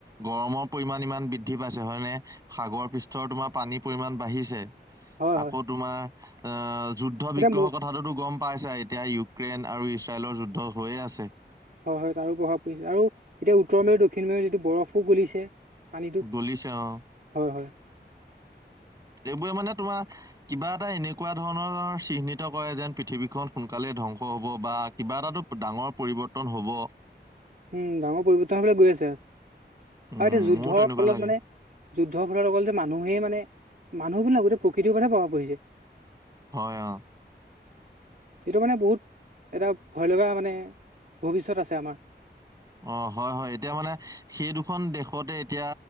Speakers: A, on the right; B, on the right.
A: গৰমৰ পৰিমান ইমান বৃদ্ধি পাইছে হয়নে সাগৰ পৃষ্ঠৰ তোমাৰ পানীৰ পৰিমাণ বাঢ়িছে
B: হয়
A: আকৌ
B: হয়
A: তোমাৰ এ যুদ্ধ বিগ্ৰহৰ
B: এতিয়া মোৰ
A: কথাটোতো গম পাইছাই এতিয়া ইউক্ৰেইন আৰু ইজৰাইলৰ যুদ্ধ হৈয়ে আছে
B: হয় হয় তাৰো প্ৰভাৱ পৰিছে আৰু এতিয়া উত্তৰ মেৰু দক্ষিণ মেৰুও যিটো বৰফো গলিছে পানীটো
A: গলিছে অ
B: হয় হয়
A: এইবোৰে মানে তোমাৰ কিবা এটা এনেকুৱা ধৰণৰ চিহ্নিত কৰে যেন পৃথিৱীখন সোনকালে ধ্বংস হব বা কিবা এটাতো ডাঙৰ পৰিৱৰ্তন হব
B: উম ডাঙৰ পৰিৱৰ্তন হবলে গৈ আছে আৰু
A: উম
B: এতিয়া যুদ্ধৰ
A: মোৰো তেনেকুৱা
B: ফলত
A: লাগে
B: মানে যুদ্ধৰ ফলত অকল যে মানুহেই মানে মানুহ বুলি নহয় গোটেই প্ৰকৃতিৰ ওপৰতে প্ৰভাৱ পৰিছে
A: হয় অ
B: সেইটো কাৰণে বহুত এটা ভয় লগা মানে ভৱিষ্যয়ত আছে আমাৰ।
A: অ হয় হয় এতিয়া মানে সেই দুখন দেশতে এতিয়া